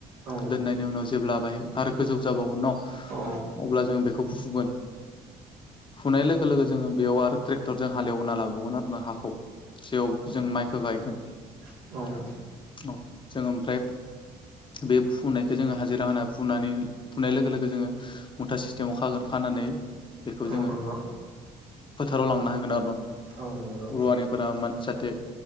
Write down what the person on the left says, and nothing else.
दोननायनि उनाव जेब्ला बेाहाय आरो गोजौ जाबावगोन न
अब्ला जों बेखौ फुगोन फुनाय लोगो लोगो जोङो बेयाव आरो ट्रेक्टरजों हालेवना लाबावगोन आरो ना हाखौ जेयाव जों
माइखौ गायगोन औ
जों ओमफ्राय बे फुनायखौ जोङो हाजिरा होना फुनानै फुनाय लोगो लोगो जोङो मुथा सिस्टेमाव खागोन खानानै बेखौ
जोङो
फोथाराव लांना होगोन आरो न
रुवारिफोरा जाहाथे